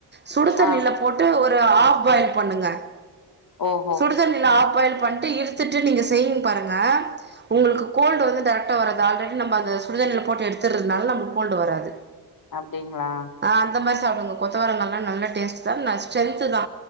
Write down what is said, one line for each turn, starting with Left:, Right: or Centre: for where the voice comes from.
Right: சுடுதண்ணில
Left: ஆ
Right: போட்டு ஒரு ஹாஃப் பாயில் பண்ணுங்க
Left: ஓஹோ
Right: சுடுதண்ணில்லா அஃப் பாயில் பண்ணிட்டு இறுத்துட்டு நீங்க தைன் பாருங்க உங்ளுக்கு கோல்டு வந்து டெரெக்டா வராது ஆல்ரெடி நம்ப அந்த சுடுதண்ணியில போட்டு எடுத்துதுனால நமக்கு கோல்டு வராது
Left: அப்டிங்களா
Right: ஆ அந்த மாரி கொத்தவரங்கால்லா நல்ல டேஸ்ட் தா ந ஸ்ரென்த் தா